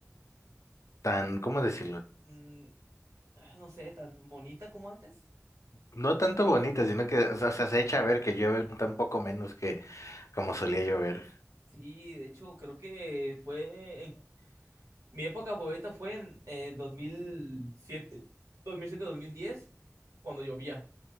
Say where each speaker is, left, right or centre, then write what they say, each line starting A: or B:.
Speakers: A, on the left; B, on the right.
A: tan, ¿cómo decirlo?
B: mm, ah, no sé, tan bonita como antes.
A: No tanto bonita, sino que o sea, se echa a ver que llueve un poco menos que como solía llover.
B: Sí, de hecho, creo que fue en mi época favorita fue en eh, dos mil siete, dos mil siete, dos mil diez cuando llovía.